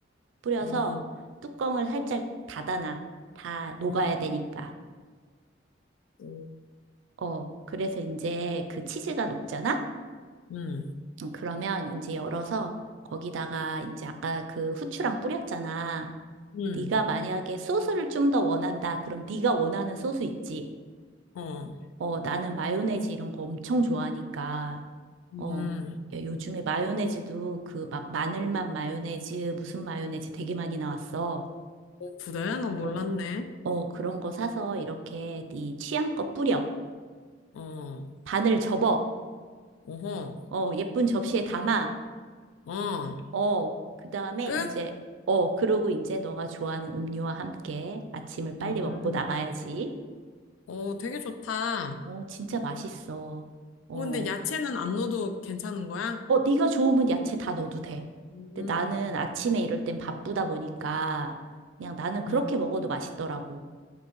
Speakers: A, on the right; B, on the left.
A: 뿌려서
B: 어,
A: 뚜껑을 살짝 닫아놔. 다 녹아야
B: 음,
A: 되니까.
B: 어,
A: 어, 그래서 이제 그 치즈가 녹잖아?
B: 음,
A: 음, 그러면 이제 열어서 거기다가 이제 아까 그 후추랑 뿌렸잖아.
B: 음,
A: 네가 만약에 소스를 좀 더 원한다. 그럼 네가 원하는 소스 있지?
B: 어,
A: 어, 나는 마요네즈 이런 거 엄청 좋아하니까.
B: 음,
A: 어, 야, 요즘에 마요네즈도 그 막 마늘맛 마요네즈, 무슨 마요네즈 되게 많이 나왔어.
B: 어, 그래? 나 몰랐네.
A: 어, 어, 그런 거 사서 이렇게 네 취향껏 뿌려.
B: 어,
A: 반을 접어.
B: 어허,
A: 어, 예쁜 접시에 담아.
B: 어,
A: 어, 그 다음에
B: 끝?
A: 이제, 어, 그러고 이제 너가 좋아하는 음료와 함께 아침을
B: 음,
A: 빨리 먹고 나가야지.
B: 어, 되게 좋다.
A: 어, 진짜 맛있어. 어,
B: 어, 근데 야채는 안 넣어도 괜찮은 거야?
A: 어, 네가 좋으면 야채 다 넣어도 돼.
B: 음.
A: 근데 나는 아침에 이럴 땐 바쁘다 보니까 그냥 나는 그렇게
B: 음.
A: 먹어도 맛있더라고.